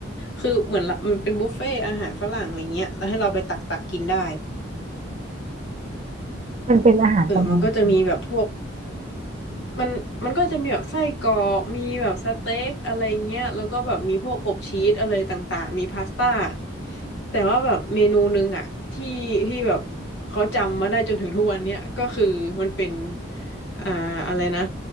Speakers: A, on the left (about 65°); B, on the right (about 35°).
A: คือเหมือนละมันเป็นบุฟเฟ่อาหารฝรั่งอะไรเงี้ยแล้วให้เราไปตักตักกินได้
B: มันเป็นอาหารประมาณไหน
A: เออมันก็จะมีแบบพวกมันมันก็จะมีแบบไส้กรอกมีแบบสเต็กอะไรเงี้ยแล้วก็แบบมีพวกอบชีสอะไรต่างๆ มีพาสต้า แต่ว่าแบบเมนูหนึงอะที่ที่แบบเขาจำมาได้จนถึงทุกวันเนี้ยก็คือมันเป็นอ่าอะไรนะ